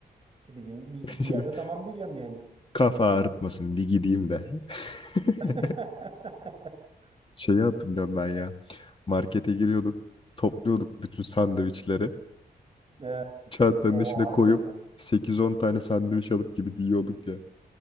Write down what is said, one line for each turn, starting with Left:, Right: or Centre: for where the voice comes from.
Right: E bir gün bir,
Left: <laughs>
Right: bir yerde tamam diyeceğim yani.
Left: Kafa ağrıtmasın bir gideyim de. <laughs>
Right: <laughs>
Left: Şeyi hatırlıyorum ben ya. Markete giriyorduk. Topluyorduk bütün sandviçleri.
Right: E,
Left: Çantanın
Right: oha
Left: içine
Right: harbiden
Left: koyup
Right: lan.
Left: sekiz on tane sandviç alıp gidip yiyorduk ya.